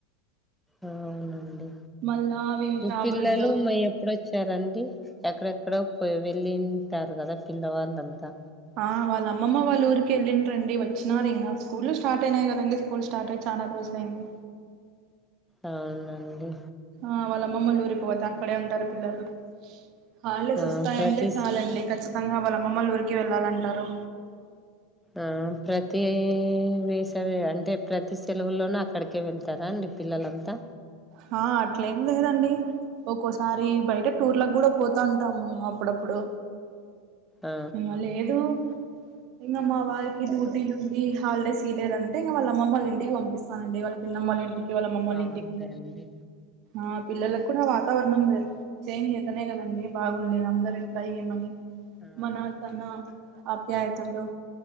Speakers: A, in the centre; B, on the right.
A: అవునండి
B: మళ్ళా అవి
A: మీ
B: జాబులు
A: పిల్లలు
B: ఉద్యోగ
A: మయం ఇక్కడొచ్చారండి ఎక్కడెక్కడ పో వెళ్ళింటారు కదా పిల్లవాళ్ళంతా
B: ఆ వాళ్ళ అమ్మమ్మ వాళ్ళూరికి ఎల్లింద్రండి వచ్చినారు ఇంకా స్కూల్ స్టార్ట్ అయినాయి కదం స్కూల్ స్టార్ట్ అయి చానా రోజులైంది
A: అవునండి
B: ఆ వాళ్ళ అమ్మమ్మలు ఊరికి పోతే అక్కడే ఉంటారు పిల్లలు హాల్ డేస్
A: ఆ
B: వస్తాయంటే
A: ప్రతి
B: చాలండి ఖచ్చితంగా వాళ్ళమ్మమ్మలు ఊరికి వెళ్ళాలంటారు
A: ఆ ప్రతి వేసవి అంటే ప్రతి సెలవులోన అక్కడికే వెళ్తారా అండి పిల్లలంతా
B: హా అట్లేం లేదండి ఒక్కోసారి బయట టూర్ లక్ గూడా పోతాంటాము అప్పుడప్పుడు
A: ఆ
B: ఇంగ లేదు ఇంగ మా వాల్ కి డ్యూటీలు ఇండి హాలిడేస్ ఇయ్ లేదంటే ఇంగ వాళ్ళమ్మళ్ ఇంటికి పంపిస్తానండి వాళ్ళ పిన్నమ్మళ్ ఇంటికి వాళ్ళ అమ్మళ్
A: అవునులేండి
B: ఇంటికి ఆ పిల్లలక్కూడా వాతావరణం వేర్ చేంజ్ చేతనే కదండి బాగుండే అందర్ ఎట్లా ఏమని
A: ఆ
B: మన తన్నా అప్యాయతలు